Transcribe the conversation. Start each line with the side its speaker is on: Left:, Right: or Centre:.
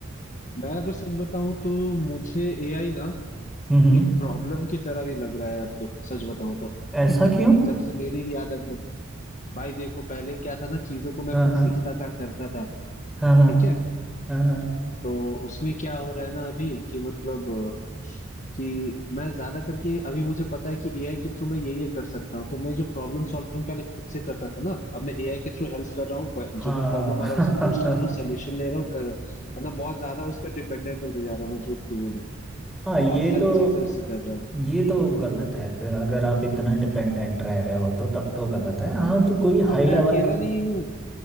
Left: मैं अगर सच बताऊं तो मुझे एआई ना
Centre: हम्म हम्म,
Left: एक प्रॉब्लम की तरह भी लग रहा है अब तो सच बताऊं तो
Centre: ऐसा क्यों
Left: जब से मेरी भी आदत बन- भाई देखो पहले क्या था ना चीजों को मैं
Centre: हाँ
Left: खुद
Centre: हाँ
Left: सीखता था करता था
Centre: हाँ हाँ
Left: ठीक है
Centre: हाँ हाँ
Left: तो उसमें क्या हो रहा है ना अभी कि मतलब अ, कि मैं ज्यादा करके अभी मुझे पता है कि एआई के थ्रू मैं ये ये कर सकता हूँ तो मैं जो प्रॉब्लम सॉल्विंग पहले खुद से करता था ना अब मैं एआई के थ्रू हेल्प कर रहा हूँ
Centre: हाँ
Left: जो भी प्रॉब्लम आ रहा है उसे पूछ
Centre: <laughs>
Left: कर रहा हूँ सोल्यूशन ले रहा हूँ कर मतलब बहुत ज्यादा उस पर डिपेंडेंट होते जा रहा हूँ मैं झूठ क्यों बोलूँ
Centre: हाँ ये
Left: बहुत सारी
Centre: तो
Left: चीजें उससे कर रहा हूँ
Centre: ये तो गलत है फिर अगर आप इतना डिपेंडेंट रह रहे हो तो तब तो गलत है हाँ तो कोई
Left: और
Centre: हाई
Left: मैं
Centre: लेवल
Left: अकेला
Centre: की
Left: नहीं हूँ